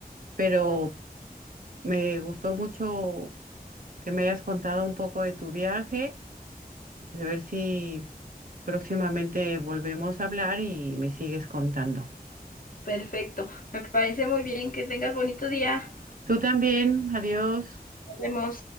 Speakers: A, on the right (about 60°); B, on the left (about 60°).
A: pero me gustó mucho que me hayas contado un poco de tu viaje y a ver si próximamente volvemos a hablar y me sigues contando.
B: Perfecto. Me parece muy bien que tengas bonito día.
A: Tú también, adiós.
B: Nos vemos.